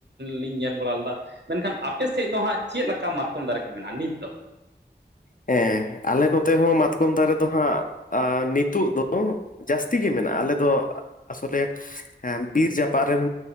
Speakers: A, on the right; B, on the left.
A: ᱞᱤᱧ ᱧᱮᱞ ᱵᱟᱲᱟ ᱞᱮᱫᱟ ᱾ ᱢᱮᱱᱠᱷᱟᱱ ᱟᱯᱮ ᱥᱮᱫ ᱫᱚ ᱦᱟᱜ ᱪᱮᱫ ᱞᱮᱠᱟ ᱢᱟᱛᱠᱚᱢ ᱫᱟᱨᱮ ᱠᱚ ᱢᱮᱱᱟᱜᱼᱟ ᱱᱤᱛᱚ?
B: ᱦᱮᱸ ᱟᱞᱮ ᱱᱚᱛᱮ ᱦᱚᱸ ᱢᱟᱛᱠᱚᱢ ᱫᱟᱨᱮ ᱫᱚ ᱦᱟᱸᱜ ᱱᱤᱛᱚᱜ ᱫᱚ ᱡᱟᱹᱥᱛᱤ ᱜᱮ ᱢᱮᱱᱟᱜᱼᱟ ᱟᱞᱮ ᱫᱚ ᱟᱥᱚᱞᱮ ᱦᱮᱸ ᱵᱤᱨ ᱡᱟᱯᱟᱜᱫ ᱨᱮᱱ